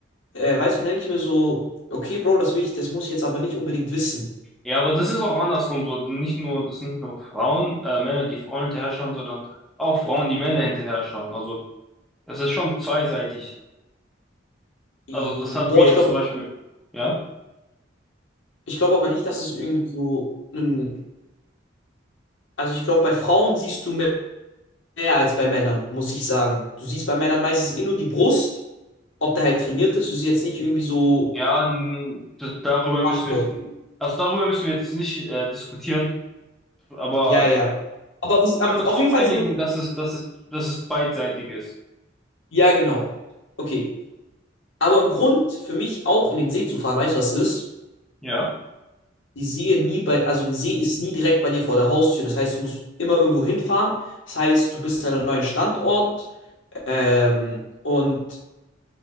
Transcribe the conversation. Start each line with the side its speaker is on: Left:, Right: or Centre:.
Left: Äh, weißt du, dann denke ich mir so, okay, Bro, das will ich, das muss ich jetzt aber nicht unbedingt wissen.
Centre: Ja, aber das ist auch andersrum so. Nicht nur, das sind nicht nur Frauen, äh, Männer, die Frauen hinterher schauen, sondern auch Frauen, die Männer hinterher schauen. Also es ist schon zweiseitig.
Left: I-
Centre: Also das hat
Left: Boah,
Centre: mir
Left: ich
Centre: jetzt
Left: glaube,
Centre: zum Beispiel, ja,
Left: ich glaube aber nicht, dass es irgendwie so einen Also ich glaube, bei Frauen siehst du mehr mehr als bei Männern, muss ich sagen. Du siehst bei Männern meistens eh nur die Brust, ob der halt trainiert ist. Du siehst jetzt nicht irgendwie so
Centre: ja, n- d- darüber
Left: Arsch
Centre: müssen
Left: oder
Centre: wir
Left: so.
Centre: jetzt, also darüber müssen wir jetzt nicht äh, diskutieren, aber
Left: Ja, ja.
Centre: wir
Left: Aber, was- aber
Centre: können uns
Left: auf
Centre: darauf
Left: jeden Fall
Centre: einigen,
Left: sind wir.
Centre: dass es, dass es, dass es beidseitig ist.
Left: Ja, genau. Okay. Aber ein Grund für mich auch in den See zu fahren, weißt du, was ist?
Centre: Ja,
Left: Die See nie bei, also ein See ist nie direkt bei dir vor der Haustür. Das heißt, du musst immer irgendwo hinfahren. Das heißt, du bist an einem neuen Standort. Ähm, und